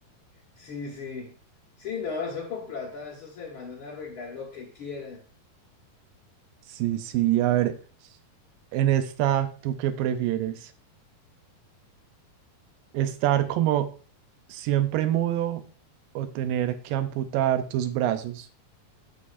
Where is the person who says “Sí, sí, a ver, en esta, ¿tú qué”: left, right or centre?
Right